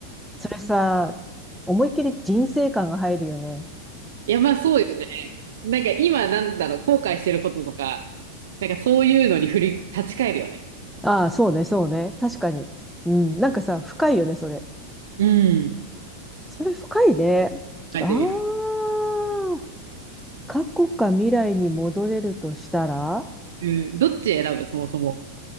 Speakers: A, in the centre; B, on the right.
A: それさ、思いっきり人生観が入るよね。
B: いや、まあそうよね。なんか今なんだろう、後悔してることとか、なんかそういうのに振り、立ち返るよね。
A: ああ、そうね、そうね。確かに。うん、なんかさ、深いよね、それ。
B: うん。
A: それ深いね。
B: 考えてみる。
A: ああ、過去か未来に戻れるとしたら、
B: うん、どっち選ぶそもそも。